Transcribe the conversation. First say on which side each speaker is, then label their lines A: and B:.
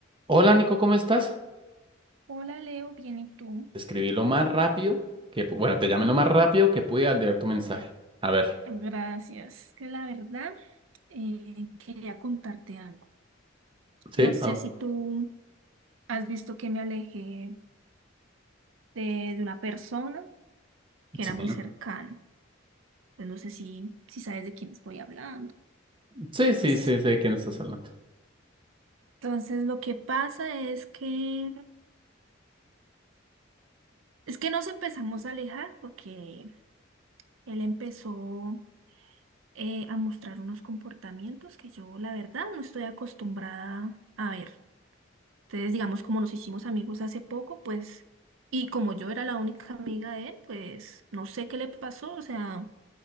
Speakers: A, on the right; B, on the right.
A: Hola Nico, ¿cómo estás?
B: Hola Leo, bien y tú.
A: Te Escribí lo más rápido que, pu- bueno, te llamé lo más rápido que pude al leer tu mensaje. A ver,
B: Gracias. Que la verdad, eh, quería contarte algo.
A: ¿sí?
B: No sé
A: Ah,
B: si tú has visto que me alejé de, de una persona que
A: sí,
B: era muy cercana. Pues no sé si, si sabes de quién estoy hablando.
A: sí, sí,
B: Pues
A: sí, sé de quién estás hablando.
B: entonces lo que pasa es que es que nos empezamos a alejar porque él empezó eh, a mostrar unos comportamientos que yo la verdad no estoy acostumbrada a ver. Entonces, digamos, como nos hicimos amigos hace poco, pues, y como yo era la única amiga de él, pues, no sé qué le pasó, o sea,